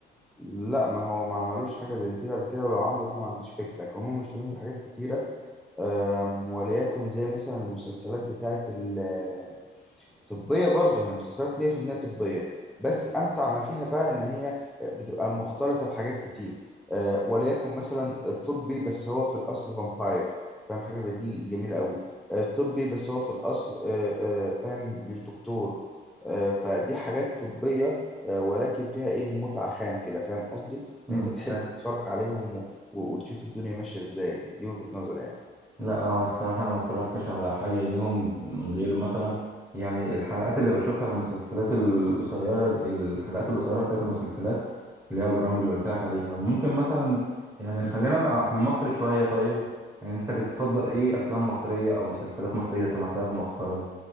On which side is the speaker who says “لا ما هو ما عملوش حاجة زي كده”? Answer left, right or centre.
Centre